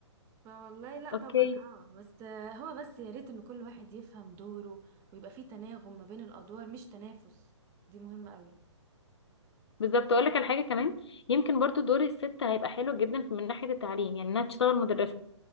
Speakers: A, on the right; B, on the left.
A: فوالله لا
B: اوكي
A: طبعا اه بس آه، هو بس يا ريت إن كل واحد يفهم دوره ويبقى فيه تناغم ما بين الأدوار مش تنافس دي مهمة قوي
B: بالظبط اقول لك على حاجه كمان يمكن برضو دور الست هيبقى حلو جدا في- من ناحيه التعليم يعني انها تشتغل مدرسه